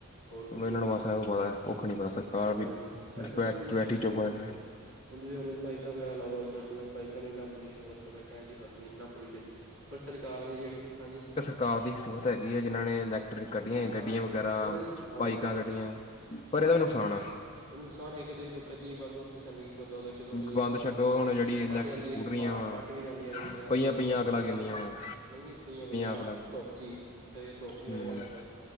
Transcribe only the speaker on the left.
ਇਹਨਾਂ
ਨੂੰ
ਬਸ ਇਹੋ ਕੁੱਖ ਨੀ ਪਤਾ ਸਰਕਾਰ ਵੀ
ਬੈ
ਬੈਠੀ ਚੁੱਪ
ਕਰਕੇ
ਕਾਰ ਦੀ ਸਹੂਰਤ ਹੈਗੀ ਏ ਜਿਨ੍ਹਾਂ ਨੇ ਲੈਕ। ਕੱਢੀਆਂ
ਗੱਡੀਆਂ ਵਗੈਰਾ,
ਬਾਈਕਾਂ
ਕੱਢੀਆਂ ਪਰ
ਇਹਦਾ ਵੀ ਨੁਕਸਾਨ
ਆ।
ਬੰਦ
ਛੱਡੋ
ਹੁਣ ਜਿਹੜੀ ਇਲੈਕਟ੍ਰਿਕ
ਸਕੂਟਰੀਆਂ
ਵਾ
ਪਈਆਂ
ਪਈਆਂ
ਅੱਗ ਲੱਗ ਜਾਂਦੀਆਂ ਵਾ
ਅੱਗ ਲੱਗ ਜਾਂਦੀਆਂ
ਹੂੰ